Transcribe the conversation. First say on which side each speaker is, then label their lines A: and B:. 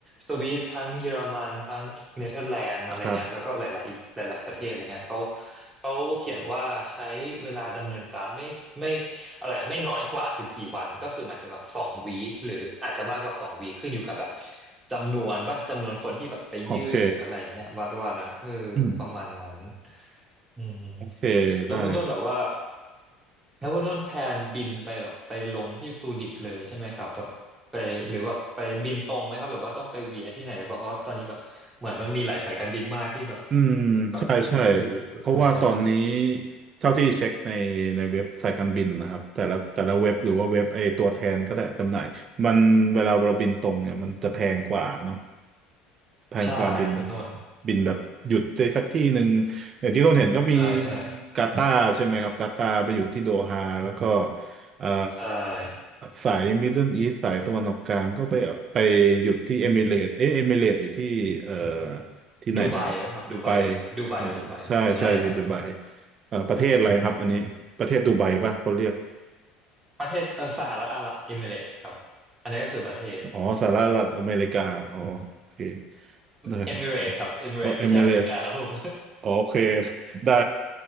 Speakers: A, on the right (about 20°); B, on the right (about 45°).
A: สวีดทั้งเยอรมันทั้งเนเธอร์แลนด์อะไรเงี้ยแล้วก็หลายๆอีกหลายๆประเทศอะไรเงี้ยเขา
B: <coughs> ครับ
A: เขาเขียนว่าใช้เวลาดำเนินการไม่ไม่อะไรอะไม่น้อยกว่าสิบสี่วันก็คือหมายถึงแบบสองวีคหรืออาจจะมากกว่าสองวีคขึ้นอยู่กับแบบจำนวนป่ะจำนวนคนที่แบบไปยื่นหรืออะไรเงี้ยวัดว่านะเออประมาณนั้น
B: โอเคอืม
A: อืม
B: โอเคได้ครับ
A: แล้วคุณต้นแบบว่าแล้วคุณต้นแพลนบินไปแบบไปลงที่ซูริกเลยใช่ไหมครับแบบไปหรือว่าไปบินตรงไหมครับหรือว่าต้องไปเวียที่ไหนหรือเปล่าเพราะว่าตอนนี้แบบเหมือนมันมีหลายสายการบินมากที่แบบ
B: อืมใช่ใช่
A: แบบถูกถูกอะไรเงี้ย
B: เพราะว่าตอนนี้เท่าที่เช็คในในเว็บสายการบินนะครับแต่ละแต่ละเว็บหรือว่าเว็บไอตัวแทนก็ได้จำหน่ายมันเวลาเราบินตรงเนี่ยมันจะแพงกว่าเนาะ แพงกว่าบิน
A: ใช่คุณต้น
B: บินแบบหยุดในสักที่หนึ่งอย่างที่ต้นเห็นก็มี
A: ใช่ใช่
B: กาตาร์ใช่ไหมครับกาตาร์ไปหยุดที่โดฮาแล้วก็เอ่อ
A: ใช่
B: สายมิดเดิลอีสสายตะวันออกกลางก็ไปไปหยุดที่เอมิเรตเอ๊ะเอมิเรตอยู่ที่เอ่อที่ไหนนะครับดูไบ
A: ดูไบป่ะครับดูไบดูไบดูไบใช่ครับ
B: อ๋อใช่ใช่อยู่ดูไบเอ่อประเทศอะไรครับอันนี้ประเทศดูไบป่ะเขาเรียก
A: ประเทศเออสหรัฐอาหรับเอมิเรตส์ครับอันนี้ก็คือประเทศ
B: อ๋อสหรัฐอเมริกาอ๋อโอเคได้ครับ
A: เอมิเรตครับเอมิเรตไม่ใช่อเมริกาครับผม
B: <laughs> อ๋อาเอมิเรต โอเคได้